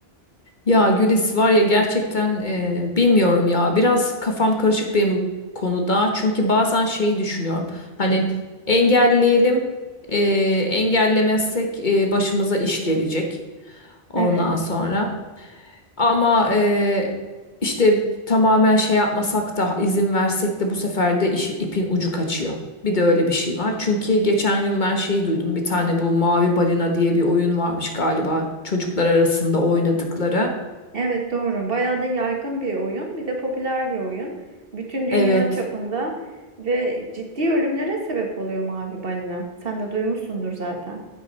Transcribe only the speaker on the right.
Evet.
Evet doğru. Bayağı da yaygın bir oyun, bir de popüler bir oyun. Bütün dünya
çapında ve ciddi ölümlere sebep oluyor mavi balina. Sen de duymuşsundur zaten.